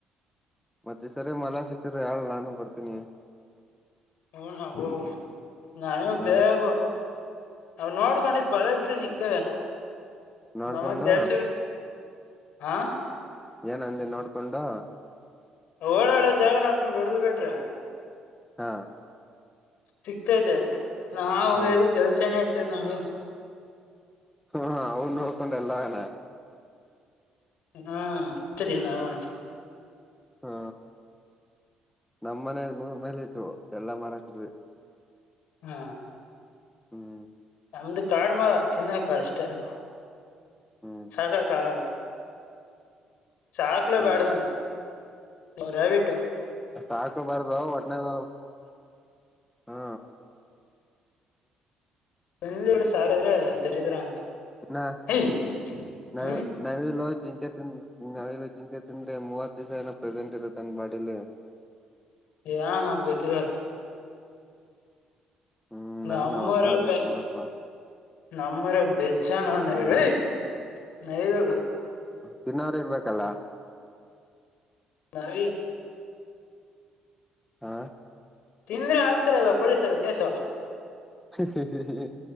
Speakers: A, in the centre; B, on the left (about 75°).
A: ಮತ್ತೆ ಸರಿ ಮಲಾ ಸಿಕ್ಕಿದ ಯಾಳ್ ನಾನು ಬರ್ತೀನಿ
B: ಹ ನಬೋ ನಾನ
A: ಹ
B: ಬೇಬ <unintelligible> ಅವ ನೋಡ್ಕೊಂಡಿದ್ ಬರ ಬಿಟ್ರೆ ಸಿಗ್ತವೆ
A: ನೋಡ್ಕೊಂಡು
B: ನಮಗ್ ಕೆಲ್ಸ ಹಾ
A: ಏನ್ ಅಂದೆ ನೋಡ್ಕೊಂಡು
B: ಓಡಾಡೋ ಜಾಗ ನಡ್ಕೊಂಡು ಹೊಡ್ದ್ ಬಿಟ್ರ
A: ಹಾ
B: ಸಿಗ್ತತೆ ನಾವವು
A: ಹ
B: ಹೇಳ ಕೆಲ್ಸ ಏನೇ ಐತದ ನಮ್ಗೆ
A: ಹ ಅವನು ಹೋಡ್ಕೊಂಡ ಎಲ್ಲ ನ
B: ಹ್ಮ ಸರಿಲ್ಲ ಅವಣ
A: ಹಾ ನಮ ಮನಾಗ ನೂರ್ ಮೈಲ್ ಇತ್ತು ಎಲ್ಲಾ ಮರಕದ್ವಿ
B: ಹ್ಮ್
A: ಹ್ಮ್
B: ನಮ್ದು ಕಾಡ್ಮಾರ ತಿನ್ನಕ ಅಷ್ಟೆ ಅದು
A: ಹ್ಮ್
B: ಸಾಕಕ್ ಆಗಲ್ಲ ಸಾಕ್ಲು
A: ಹ್ಮ್
B: ಬ್ಯಾಡ್ದಾನ ರಬಟ್ಟು
A: ಸಾಕಬಾರದು ಒಟ್ನಾಗ ಹಾ
B: ಬೆರಳುಗಳು ಸಾಕಾದ್ರೆ ದರಿದ್ರ ಅಂತ
A: ನ
B: ಹೈ
A: -ನ-
B: ಹ್ಮ್
A: ನವಿಲು ಜಿಂಕೆ ಮುಂದೆ ತಿಂದ್ ಜಿಂಕೆ ಜಿಂಕೆ ತಿಂದ್ರೆ ಮೂವತ್ತು ದಿವಸ ಏನೋ ಪ್ರೆಸೆಂಟ್ ಇಗ್ ಮಾಡಲಿ
B: ಏನ್ನೂ ನಮ್ಗೆ ಗೊತ್ತಿಲ್ಲ
A: ಹ್ಮ್
B: ನಮ್ಮೂರುಪ
A: ನಾನು ನಮ್ಮ ಅಪ್ಪ ಹಂಗಂದ್ರಪ್ಪ
B: ನಮ್ಮ್ರ ಬೆಜ್ಜಾನ ನೈರಿ
A: ಹಾ
B: ನೈದ
A: ತಿನ್ನೋರು ಇರ್ಬೇಕಲ್ಲ
B: ನಾವ
A: ಹಾ
B: ತಿಂದ್ರೆ ಆಗ್ತಾರಲ್ಲ ಪೊಲೀಸರು ಕಸ
A: ಹ ಹ ಹ